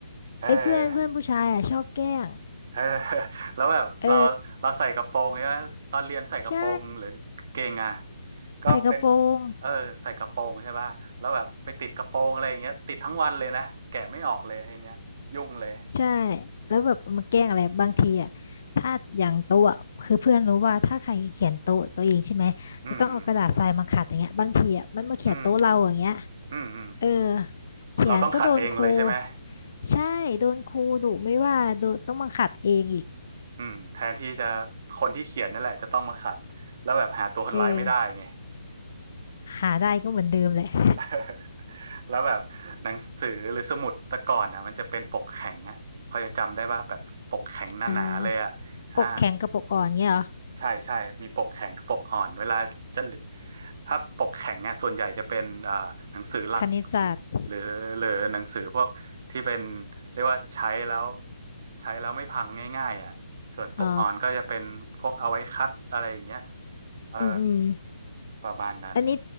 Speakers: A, on the right; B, on the left.
A: เออ
B: ไอ้เพื่อนเพื่อนผู้ชายอ่ะชอบแกล้ง
A: เออ <laughs> แล้วแบบเราเราใส่กระโปรงใช่ไหมตอนเรียนใส่กระโปรงหรือกางเกงอ่ะ
B: เออใช่
A: ก็เป็น
B: ใส่กระโปรง
A: เออใส่กระโปรงใช่ป่ะแล้วแบบไปติดกระโปรงอะไรอย่างเงี้ยติดทั้งวันเลยนะแกะไม่ออกเลยอย่างเงี้ยยุ่งเลย
B: ใช่แล้วแบบมาแกล้งอะไรบางทีอ่ะถ้าอย่างโต๊ะอะคือเพื่อนรู้ว่าถ้าใครเขียนโต๊ะตัวเองใช่ไหมจะต้องเอากระดาษทรายมาขัดอย่างเงี้ยบางทีอ่ะมันมาเขียนโต๊ะเราอย่างเงี้ย
A: อืมอืมอืมอืมอืม
B: เออเขียนก็โดนครู
A: เราต้องขัดเองเลยใช่ไหม
B: ใช่โดนครูดุไม่ว่าโดนต้องมาขัดเองอีก
A: อืมแทนที่จะคนที่เขียนนั่นแหละจะต้องมาขัดแล้วแบบหาตัวคนร้ายไม่ได้ไง
B: เออหาได้ก็เหมือนเดิมแหละ <laughs>
A: <laughs> แล้วแบบหนังสือหรือสมุดแต่ก่อนอ่ะมันจะเป็นปกแข็งอ่ะพอจะจำได้ป่ะแบบปกแข็งหนาๆเลยอ่ะอ่า
B: อ่าปกแข็งกับปกอ่อนเงี้ยเหรอ
A: ใช่ใช่มีปกแข็งกับปกอ่อนเวลาจะถ้าปกแข็งอ่ะส่วนใหญ่จะเป็นเอ่อหนังสือหลัก
B: คณิตศาสตร์
A: หรือหรือหนังสือพวกที่เป็นเรียกว่าใช้แล้วใช้แล้วไม่พังง่ายๆอ่ะส่วนปกอ่อนก็จะเป็นพวกเอาไว้คัดอะไรอย่างเงี้ย
B: อ๋อ
A: เอ่อ
B: อืมอืม
A: ประมาณนั้น
B: อันนี้